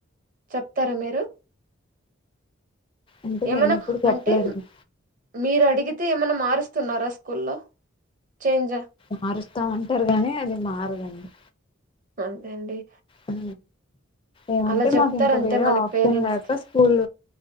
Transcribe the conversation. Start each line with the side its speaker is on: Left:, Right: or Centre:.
Right: చెప్తారా మీరు
Left: అంటే
Right: ఏమనా
Left: నేను ఎప్పుడు చెప్పలేదండి
Right: అంటే మీరు అడిగి అయితే ఏమై మారుస్తున్నారా స్కూల్లో చేంజ్ అ
Left: మారుస్తామంటారు కాగానీ అది మారదండి
Right: అంతే అండి
Left: అ ఏమంటే
Right: అలా చెప్తారంతే
Left: మాకు ఇంకా వేరే
Right: మనకి
Left: ఆప్షన్
Right: పేరెంట్స్
Left: లేక
Right: కి
Left: స్కూల్